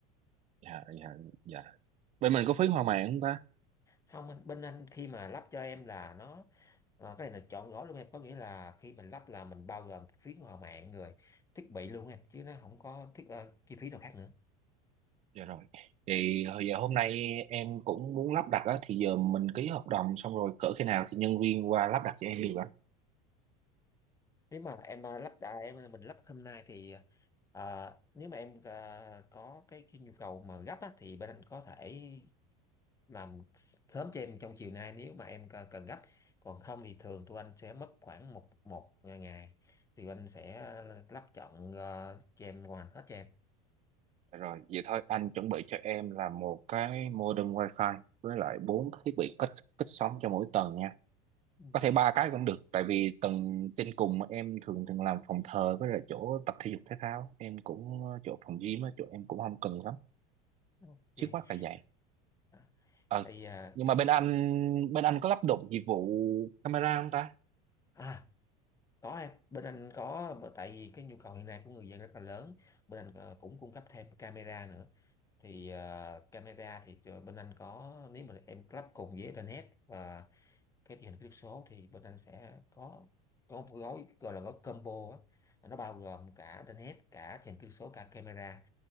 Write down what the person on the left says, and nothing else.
không anh- bên anh khi mà lắp cho em là nó ờ, cái này là chọn gói luôn em có nghĩa là khi mình lắp là mình bao gồm phí hòa mạng rồi thiết bị luôn em chứ nó không có thiết ờ, chi phí nào khác nữa
nếu mà em ờ, lắp đã em ờ, mình lắp hôm nay thì ờ, ờ, nếu mà em ờ, có cái, cái nhu cầu mà gấp á, thì bên anh có thể làm sớm cho em trong chiều nay nếu mà em c- cần gấp còn không thì thường tụi anh sẽ mất khoảng một một ngày thì anh sẽ ờ, lắp chọn ờ, cho em hoàn hết cho em
Ừ.
ok
Đó.
Thì à,
cái
à có em bên anh có bởi- tại vì cái nhu cầu hiện nay của người dân rất là lớn bên anh ờ, cũng cung cấp thêm camera nữa thì ờ, camera thì cho- bên anh có nếu mà em lắp cùng với internet và cái truyền hình kỹ thuật số thì bên anh sẽ có có một gói gọi là gói combo á nó bao gồm cả internet cả truyền hình kỹ thuật số cả camera